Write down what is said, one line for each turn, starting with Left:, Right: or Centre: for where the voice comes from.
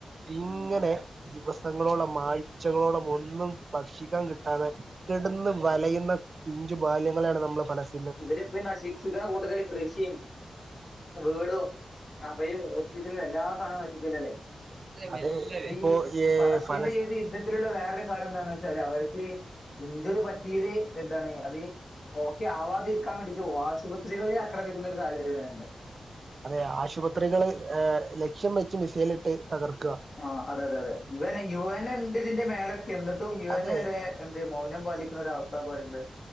Right: ഇങ്ങനെ
Left: ഉം.
Right: ദിവസങ്ങളോളം ആഴ്ചകളോളം ഒന്നും ഭക്ഷിക്കാൻ കിട്ടാതെ കെട്ന്ന് വലയുന്ന പിഞ്ചു ബാല്യങ്ങളെയാണ് നമ്മള് ഫലസ്
Left: ഇവര് പ നശിപ്പിക്കുന്ന കൂട്ടത്തില് കൃഷിയും വീടും അഭയും ഹോസ്പിറ്റലും എല്ലാം സാധനോം നശിക്കില്ലല്ലേ
Right: അത്
Left: ഇപ്പ
Right: ഇപ്പോ
Left: ഈ
Right: ഏ
Left: പലസ്തീൻന്റെ
Right: ഫലസ്
Left: <unintelligible> ഇത്തരത്തിലുള്ള വേറൊരു കാരണം എന്താന്ന് വെച്ചാല് അവർക്കീ ഇഞ്ചുറി പറ്റിയത് എന്താണ് അതീ ഓക്കെ ആവാതിരിക്കാൻ വേണ്ടിട്ട് ആശുപത്രികളിൽ ആക്രമിക്കുന്നൊരു സാഹചര്യം വരെണ്ടായി
Right: അതെ ആശുപത്രികള് ഏഹ് ലക്ഷ്യം വെച്ച് മിസൈൽ ഇട്ട് തകർക്കാ
Left: ആഹ് അതെ അതെ അതെ യുവ യു എൻ എ ഇണ്ട് ഇതിന്റെ മേലെക്കെ എന്നിട്ടും യു
Right: അതെ
Left: എൻ എ വരെ തെ മൗനം പാലിക്കുന്ന ഒരു അവസ്ഥ പറയുമ്പേ